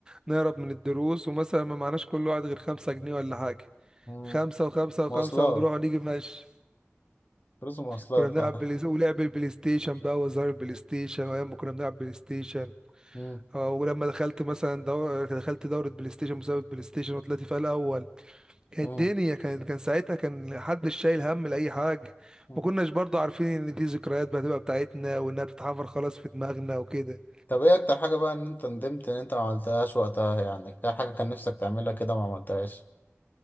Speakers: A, on the right; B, on the left.
A: نهرب من الدروس ومثلا ما معناش كل واحد غير خمسة جنيه ولا حاجة
B: مم.
A: خمسة وخمسة وخمسة
B: مواصلات
A: ونروح ونيجي ماشي
B: فلوس المواصلات
A: كنا بنلعب
B: اه
A: بلاي ولعب البلاي ستيشن بقى وزار البلاي ستيشن وايام ما كنا بنلعب بلاي ستيشن
B: مم.
A: اه ولما دخلت مثلا دور... دخلت دورة بلاي ستيشن مسابقة بلاي ستيشن وطلعت فيها الأول كانت
B: مم.
A: الدنيا كان كان ساعتها كان حدش شايل هم لأي حاجة
B: مم.
A: ما كناش برضو عارفين إن دي ذكريات بقى هتبقى بتاعتنا وإنها بتتحفر خلاص في دماغنا وكده
B: طب ايه اكتر حاجة بقى ان انت ندمت ان انت ما عملتهاش وقتها يعني كان حاجة كان نفسك تعملها كده ما عملتهاش